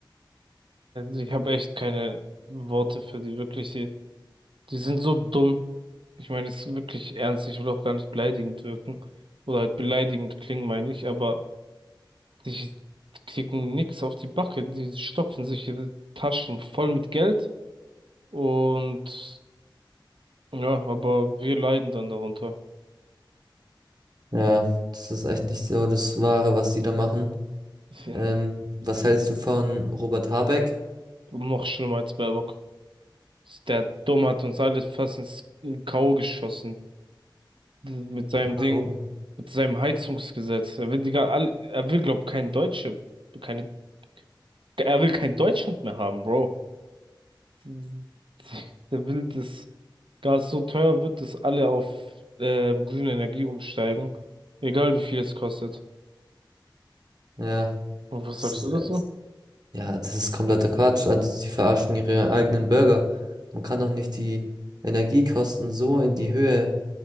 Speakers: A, on the right; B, on the right.
A: Ich habe echt keine Worte für die wirklich. Die, die sind so dumm. Ich meine, es ist wirklich ernst. Ich will auch gar nicht beleidigend wirken. Oder halt beleidigend klingen, meine ich, aber die kriegen nix auf die Backe. Die stopfen sich ihre Taschen voll mit Geld. Und ja, aber wir leiden dann darunter.
B: Ja, das ist echt nicht so das Wahre, was die da machen.
A: Ist ja
B: Ähm, was hältst du von Robert Habeck?
A: Noch schlimmer als Baerbock. Der Dumme hat uns alle fast ins in K.O. geschossen. Mit seinem
B: Warum?
A: Ding, mit seinem Heizungsgesetz. Er will die, gar- all- er will, glaub, kein Deutsche, keine, er will kein Deutschland mehr haben, Bro. <laughs> Der will, dass Gas so teuer wird, dass alle auf ähm, grüne Energie umsteigen. Egal wie viel es kostet.
B: Ja,
A: Und was
B: das
A: sagst
B: ist,
A: du dazu?
B: jetzt- ja, das ist kompletter Quatsch. Also, sie verarschen ihre eigenen Bürger. Man kann doch nicht die Energiekosten so in die Höhe,